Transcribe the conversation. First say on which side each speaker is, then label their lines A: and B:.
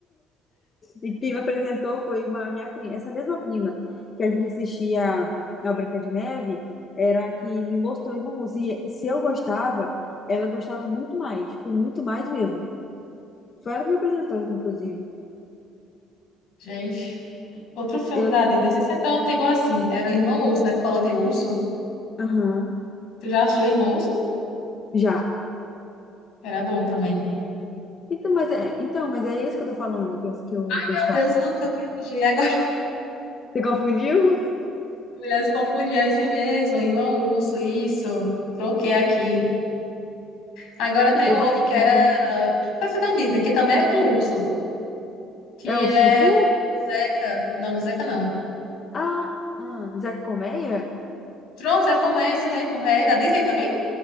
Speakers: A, on the left (about 30°); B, on the left (about 70°).
A: E quem me apresentou foi uma minha prima, essa mesma prima que a gente assistia a Branca de Neve, era a que me mostrou Irmãos. E se eu gostava, ela gostava muito mais, tipo, muito mais mesmo. Foi ela que me apresentou, inclusive.
B: gente. Outro filme
A: Eu
B: da
A: lembro.
B: Disney, não sei se é tão antigo assim. Era o Irmão Urso, né? Tu fala de urso.
A: Aham,
B: Tu já assistiu o Irmão Urso?
A: já.
B: Era bom também.
A: Então, mas é, então, mas é esse que eu tô falando, que eu, que eu gostava.
B: Meu Deus, eu que eu viajei. Agora
A: Você confundiu?
B: <laughs> mulheres confundiam é esse mesmo, Irmão Urso, isso. Troquei aqui. Agora tem
A: Eu
B: outro
A: gostava.
B: que era. Parece da Disney, que também é com urso. que
A: É o
B: é
A: Ursinho Pooh?
B: o Zeca. Não, o Zeca não.
A: Ah, ah, Zeca Colmeia?
B: Pronto, é como é isso mesmo. É da Disney também?